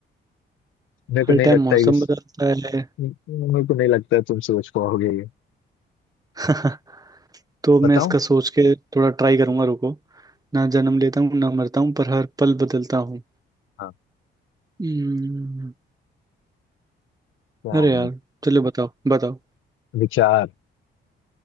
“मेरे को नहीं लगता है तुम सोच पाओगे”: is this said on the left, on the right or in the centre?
Left